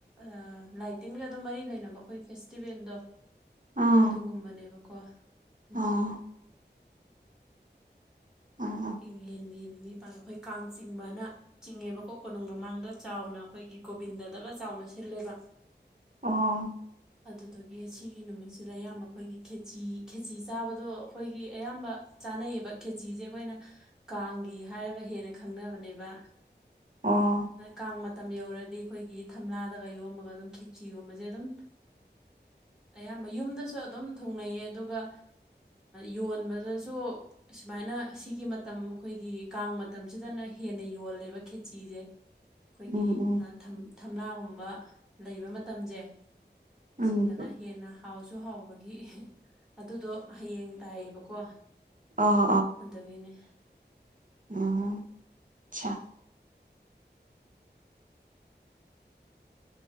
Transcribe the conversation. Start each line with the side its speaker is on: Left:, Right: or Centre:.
Centre: ꯑꯥ ꯂꯥꯏ ꯇꯤꯟꯒ ꯑꯗꯨꯝ ꯃꯔꯤ ꯂꯩꯅꯕ ꯑꯩꯈꯣꯏ ꯐꯦꯁꯇꯤꯚꯦꯜꯗꯣ
Right: ꯑꯥ
Centre: ꯑꯗꯨꯒꯨꯝꯕꯅꯦꯕꯀꯣ ꯑꯗꯣ
Right: ꯑꯥ ꯑꯣ ꯑꯣ
Centre: ꯢꯪꯉꯦꯟꯒꯤ ꯅꯤꯅꯤ ꯄꯥꯟꯕ ꯑꯩꯈꯣꯏ ꯀꯥꯡ ꯆꯤꯡꯕꯅ ꯆꯤꯡꯉꯦꯕꯀꯣ ꯀꯣꯅꯨꯡ ꯃꯃꯥꯡꯗ ꯆꯥꯎꯅ ꯑꯩꯈꯣꯏꯒꯤ ꯒꯣꯕꯤꯟꯗꯗꯒ ꯆꯥꯎꯅ ꯁꯤꯜꯂꯦꯕ
Right: ꯑꯣ
Centre: ꯑꯗꯨꯗꯣꯒꯤ ꯑꯁꯤꯒꯤ ꯅꯨꯃꯤꯠꯁꯤꯗ ꯑꯌꯥꯝꯕ ꯑꯩꯈꯣꯏꯒꯤ ꯈꯦꯆꯤ ꯈꯦꯆꯤ ꯆꯥꯕꯗꯣ ꯑꯩꯈꯣꯏꯒꯤ ꯑꯌꯥꯝꯕ ꯆꯥꯅꯩꯌꯦꯕ ꯈꯦꯆꯤꯖꯦ ꯑꯩꯈꯣꯏꯅ ꯀꯥꯡꯒꯤ ꯍꯥꯏꯔꯒ ꯍꯦꯟꯅ ꯈꯪꯅꯕꯅꯦꯕ
Right: ꯑꯣ
Centre: ꯀꯥꯡ ꯃꯇꯝ ꯌꯧꯔꯗꯤ ꯑꯩꯈꯣꯏꯒꯤ ꯊꯝꯂꯥꯗꯒ ꯌꯣꯝꯃꯒ ꯑꯗꯨꯝ ꯈꯦꯆꯤꯒꯨꯝꯕꯖꯦ ꯑꯗꯨꯝ ꯑꯌꯥꯝꯕ ꯌꯨꯝꯗꯁꯨ ꯑꯗꯨꯝ ꯊꯨꯡꯅꯩꯌꯦ ꯑꯗꯨꯒ ꯌꯣꯟꯕꯗꯁꯨ ꯑꯁꯨꯃꯥꯏꯅ ꯁꯤꯒꯤ ꯃꯇꯝ ꯑꯩꯈꯣꯏꯒꯤ ꯀꯥꯡ ꯃꯇꯝꯁꯤꯗꯅ ꯍꯦꯟꯅ ꯌꯣꯜꯂꯦꯕ ꯈꯦꯆꯤꯖꯦ
Right: <inaudible>
Centre: ꯑꯩꯈꯣꯏꯒꯤ
Right: ꯎꯝ
Centre: ꯑꯥ ꯊꯝ ꯊꯝꯂꯥꯒꯨꯝꯕ ꯂꯩꯕ ꯃꯇꯝꯖꯦ
Right: ꯎꯝ
Centre: ꯁꯤꯗꯅ ꯍꯦꯟꯅ ꯍꯥꯎꯁꯨ ꯍꯥꯎꯕꯒꯤ ꯑꯗꯨꯗꯣ ꯍꯌꯦꯡ ꯇꯥꯏꯌꯦꯕꯀꯣ
Right: ꯑꯣ
Centre: ꯑꯗꯨꯒꯤꯅꯦ
Right: ꯑꯣ ꯆꯥ